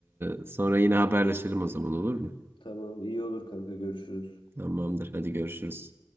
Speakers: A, on the right; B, on the left.
A: Ee, sonra yine haberleşelim o zaman olur mu?
B: Tamam, iyi olur kanka görüşürüz.
A: Tamamdır. Hadi görüşürüz.